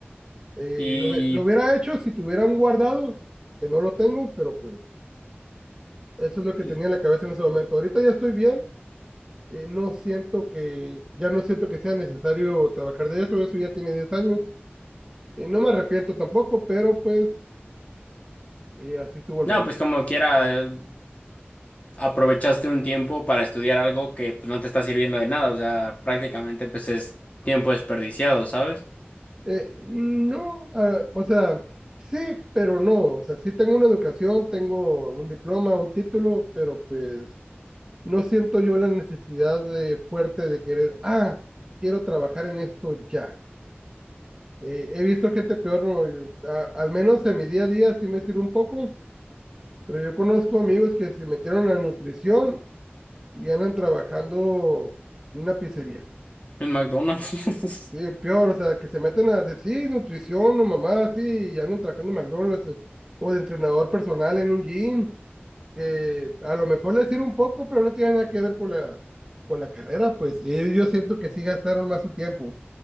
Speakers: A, on the right; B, on the left.
A: Eh,
B: Y,
A: lo, hubie- lo hubiera hecho si tuviera un guardado, que no lo tengo, pero pues eso es lo que
B: y
A: tenía en la cabeza en ese momento. Ahorita ya estoy bien, eh, no siento que, ya no siento que sea necesario trabajar de eso, eso ya tiene 10 años. Eh, no me arrepiento tampoco, pero pues eh, así estuvo el
B: No,
A: rollo.
B: pues como quiera, eh, aprovechaste un tiempo para estudiar algo que pues, no te está sirviendo de nada, o sea, prácticamente pues es tiempo desperdiciado, ¿sabes?
A: Eh, no, ah, o sea, sí, pero no. O sea, sí tengo una educación, tengo un diploma, un título, pero pues no siento yo la necesidad de, fuerte de querer, ah, quiero trabajar en esto ya. Eh, he visto gente peor, no, yo- a- al menos en mi día a día sí me sirve un poco, pero yo conozco amigos que se metieron a nutrición y andan trabajando en una pizzería.
B: En McDonald's.
A: Sí, el peor, o sea, que se meten a decir "Sí, nutrición o mamá, así, y andan trabajando en McDonald's eh, o de entrenador personal en un gym, que a lo mejor les sirve un poco, pero no tiene nada que ver con la, con la carrera, pues. Y ellos yo siento que sí gastaron más su tiempo,